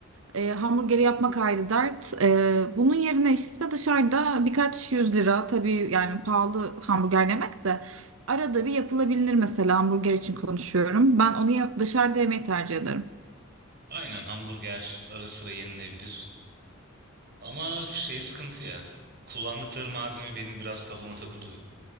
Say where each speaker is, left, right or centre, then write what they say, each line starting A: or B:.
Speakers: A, on the right; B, on the right.
A: Ee, hamburgeri yapmak ayrı dert. Ee, bunun yerine işte dışarıda birkaç yüz lira tabii yani pahalı hamburger yemek de. Arada bir yapılabilir mesela hamburger için konuşuyorum. Ben onu ya- dışarıda yemeyi tercih ederim.
B: Aynen hamburger ara sıra yenilebilir. Ama şey sıkıntı ya. Kullandıkları malzeme benim biraz kafama takılıyor.